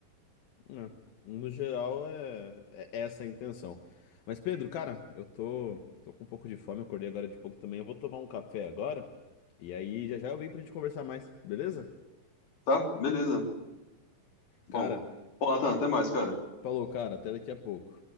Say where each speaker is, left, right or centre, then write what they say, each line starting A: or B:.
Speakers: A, on the left; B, on the left.
A: É, No geral, é, é essa a intenção. Mas, Pedro, cara, eu tô, tô com um pouco de fome, acordei agora de pouco também. Eu vou tomar um café agora. E aí, já já eu vim pra gente conversar mais, beleza?
B: Tá? Beleza. Bom,
A: Cara,
B: pô, Nathan, até mais, cara.
A: falou, cara, até daqui a pouco.